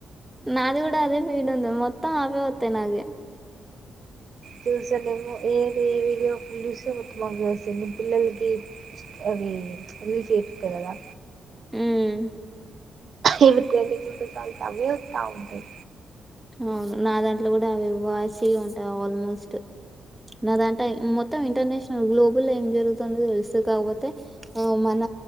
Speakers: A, in the centre; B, on the right.
A: నాది కూడా అదే ఫీడ్ ఉంది. మొత్తం ఆవే వొత్తాయి. నాగే
B: చూసానేమో ఏది ఏ వీడియో ఫుల్ చూస్తే మొత్తం ఆవే వస్తాయి. పిల్లలకి అవి రీల్స్ చేపిత్తం గా దా
A: ఉమ్
B: ఇవి ట్రెండింగ్ ఉంటె చాలు ఇక అవే వస్తా ఉంటాయి.
A: అవును నాదాన్ ట్లో కూడా అవి <unintelligible> ఉంటాయి ఆల్మో స్ట్ నాదా మొత్తం ఇంటర్నేషనల్ గ్లో ఊళ్ళో ఏం జరుగుతుందో తెలుస్తది. కాకపోతే మన